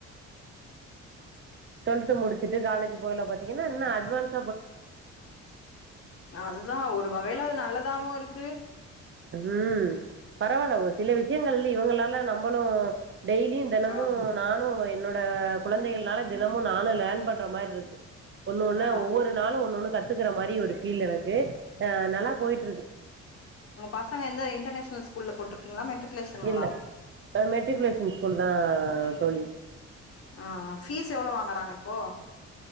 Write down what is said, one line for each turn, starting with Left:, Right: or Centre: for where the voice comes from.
Right: டுவெல்த் முடிச்சுட்டு காலேஜ் போகைல பாத்திங்கனா இன்னொ அட்வான்ஸ்
Left: அதுதா ஒரு வகைல அது நல்லதாவு இருக்கு
Right: ம் பரவால்ல ஒ சில விஷயங்கள்ல இவங்களால நம்மளு டெய்லியு தெனமு
Left: ஆமா
Right: நானு என்னோ ட குழந்தைகள்னால தினமு நானு லேர்ன் பண்ற மார்ருக்கு ஒண்ணு ஒண்ணா
Left: ஆ
Right: ஒவ்வொரு நாளு ஒன்னு ஒண்ணு கத்துக்கற மாரி ஒரு ஃபீல் எனக்கு அ நல்லா போயிட்ருக்கு
Left: உங்க பசங்க எந்த இன்டர்நேஷனல் ஸ்கூல்ல போட்ருக்கிங்ளா மெட்ரிகுலேஷனுங்ளா
Right: இல்ல அ மெட்ரிகுலேஷன் ஸ்கூல் தா தோழி
Left: ஆ ஃபீஸ் எவ்ளொ வாங்கறாங்க இப்போ